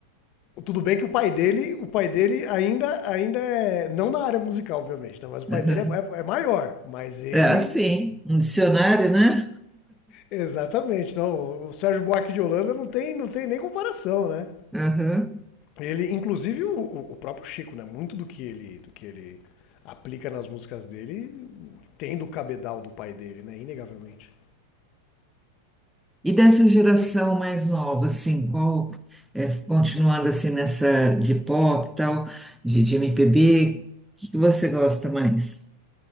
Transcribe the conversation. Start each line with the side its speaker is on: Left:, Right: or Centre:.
Left: Tudo bem que o pai dele, o pai dele ainda, ainda é, não na área musical, obviamente, né? Mas o pai
Centre: uhum.
Left: dele é, é- é maior, mas ele,
Centre: É assim, um dicionário, né?
Left: exatamente, não, o Sérgio Buarque de Holanda não tem, não tem nem comparação, né?
Centre: Aham.
Left: Ele, inclusive o, o- o próprio Chico, né? Muito do que ele, do que ele aplica nas músicas dele tem do cabedal do pai dele, né? Inegavelmente.
Centre: E dessa geração mais nova, assim, qual, é, continuando assim nessa de pop e tal, de, de MPB, o que que você gosta mais?